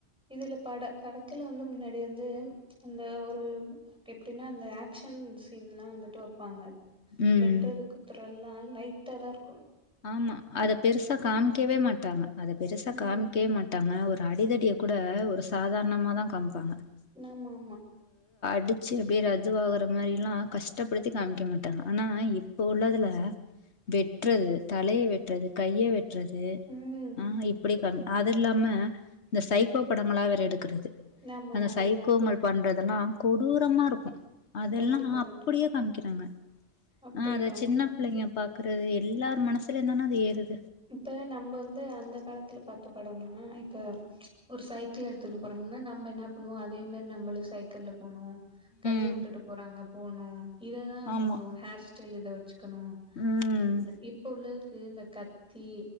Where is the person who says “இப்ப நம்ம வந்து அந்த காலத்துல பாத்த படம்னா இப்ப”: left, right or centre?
Centre